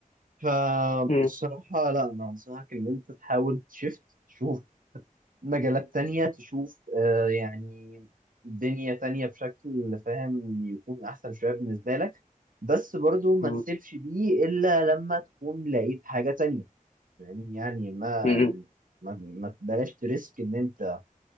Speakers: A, on the right; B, on the left.
A: فالصراحة
B: مم.
A: لا انا انصحك ان انت تحاول تشفت تشوف مجالات تانية تشوف آه، يعني دنيا تانية بشكل فاهم يكون أحسن شوية بالنسبة لك بس برضو ما
B: مم.
A: تسيبش دي إلا لما تكون لقيت حاجة تانية فاهم يعني ما
B: مم.
A: ما, ما تبلاش تريسك إن أنت